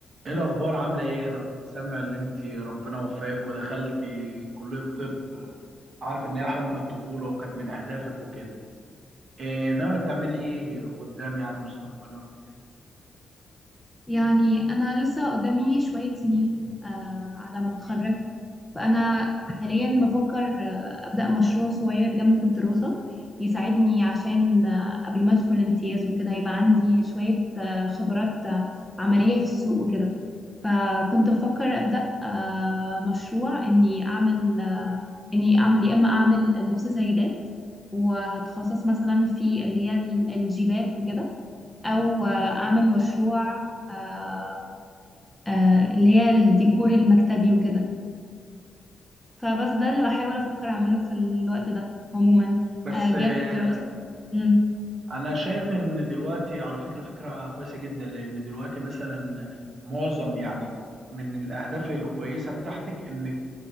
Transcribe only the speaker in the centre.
يعني أنا لسه قدامي شوية سنين آه على ما أتخرج فأنا حاليا بفكر آه أبدأ مشروع صغير جنب الدراسة يساعدني عشان آه قبل ما أدخل امتياز وكده يبقى عندي شوية آه خبرات آه عملية في السوق وكده فكنت بفكر أبدأ آه مشروع إني أعمل آه إني أعمل يا إما أعمل لبس سيدات وهتخصص مثلا في اللي هي الجيبات وكده او آه، اعمل مشروع آه، آه، اللي هي الديكور المكتبي وكده فبس ده اللي بحاول افكر اعمله في الوقت ده عموما
آه، جانب
الدراسة مم.